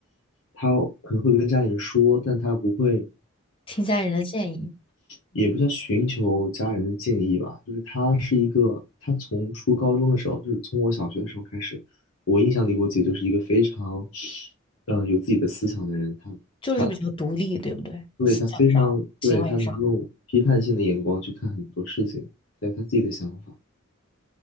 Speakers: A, on the left; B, on the left.
A: 他可能会跟家里人说，但他不会。
B: 听家里人的建议，
A: 也不叫寻求家人的建议吧，就是他是一个，他从初高中的时候，就是从我小学的时候开始，我印象里我姐就是一个非常，嗯、有自己的思想的人，他他
B: 就是比较独立，对不对？
A: 对他非常对他能用批判性的眼光去看很多事情，
B: 思想上。行为上
A: 还有她自己的想法